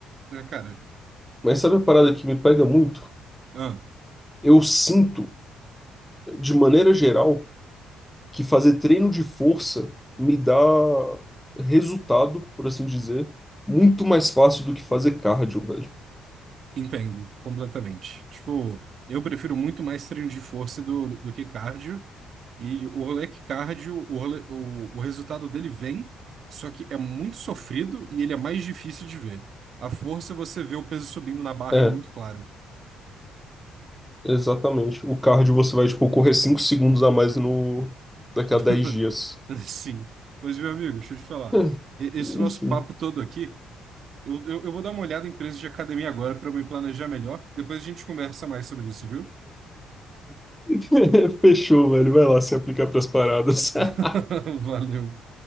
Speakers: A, on the right; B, in the centre.
A: né, cara?
B: Mas sabe a parada que me pega muito?
A: Ah,
B: Eu sinto, de maneira geral, que fazer treino de força me dá resultado, por assim dizer, muito mais fácil do que fazer cardio, velho.
A: entendo, completamente. Tipo, eu prefiro muito mais treino de força do, do que cardio, e o rolê é que cardio, o, rolê- o, o resultado dele vem, só que é muito sofrido e ele é mais difícil de ver. A força você vê o peso subindo na barra
B: É,
A: e é muito claro.
B: exatamente. O cardio você vai, tipo, correr 5 segundos a mais no... daqui
A: <laughs>
B: a 10 dias.
A: Sim. Mas, meu amigo, deixa eu te falar.
B: É,
A: E- Esse
B: enfim.
A: nosso papo todo aqui Eu, eu, eu vou dar uma olhada em preço de academia agora para me planejar melhor. Depois a gente conversa mais sobre isso, viu?
B: <laughs> Fechou, velho. Vai lá se aplicar pras paradas. <laughs>
A: <laughs> Valeu.